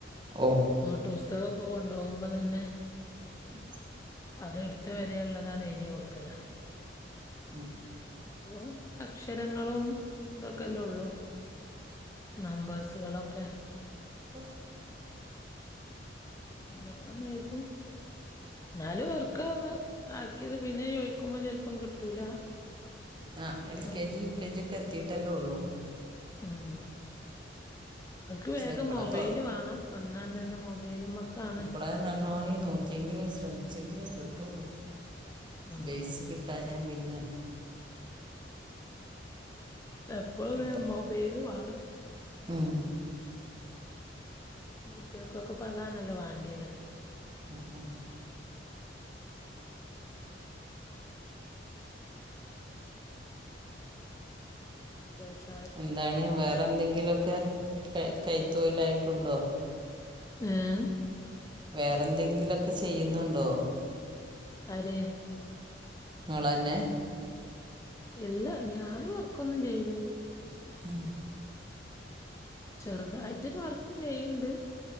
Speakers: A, on the right (about 25°); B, on the left (about 15°).
A: ഓ
B: നോട്ട് പുസ്തകക്കെ കൊണ്ടോവുമ്പ തന്നെ
A: ഉം
B: അത് എട്ത്ത വരെ ഇള്ളതാണ് എയ്തി കൊടുക്കല
A: ഉം
B: ഇപ്പൊ അക്ഷരങ്ങളും ഇതൊക്കലൊള്ളു നമ്പേഴ്സ്കളൊക്കെ
A: ഒഹ്
B: എന്താ അങ്ങന അയ്യപ്പം എന്നാലും ഇർക്ക്ന്ന് ആക്കിയത് പിന്നെ ചോയിക്കുമ്പോ ചെലപ്പം കിട്ടൂല
A: ആഹ് L
B: അങ്ങനെയൊക്കെ
A: K G, U K ജി ഒക്കെ എത്തിട്ടല്ലേ ഉള്ളൂ
B: ഉം ഓൽക്ക്
A: പക്ഷെ
B: വേഗം
A: ഇപ്പളാ
B: മൊബൈല്
A: തൊ
B: വാണം വന്നാണ്ടന്നെ മൊബൈല് മക്കാണ്
A: പ്ലാൻനന്നായി നോക്കിയെങ്കിലേ ശ്രമിച്ചെങ്കിലേ കിട്ടൊള്ളൂ
B: ആഹ്
A: ബെയ്സ് കിട്ടാഞ്ഞ പിന്നെ
B: എപ്പളും
A: കിട്ട
B: ഇങ്ങനെ മൊബൈല് വാണം
A: ഉം
B: കുട്ടിയൊക്കൊക്കെ ഇപ്പ അതാണല്ലോ വാണ്ടീയത്
A: ഉം ഉം
B: എന്ത വെച്ച
A: എന്താണ് വേറെ എന്തെങ്കിലൊക്കെ കൈ കൈത്തോയിലായിട്ടുണ്ടോ
B: ഏഹ്
A: വേറെ എന്തെങ്കിലൊക്കെ ചെയ്യ്ന്നോണ്ടോ
B: അരെ
A: ഇങ്ങളന്നെ
B: ഇല്ല ഞാനും വർക്കൊന്നും ചെയ്യ്ണില്ല
A: ഉം
B: ചെറ്തായിട്ടൊരു വർക്ക് ചെയ്യ്ണ്ട്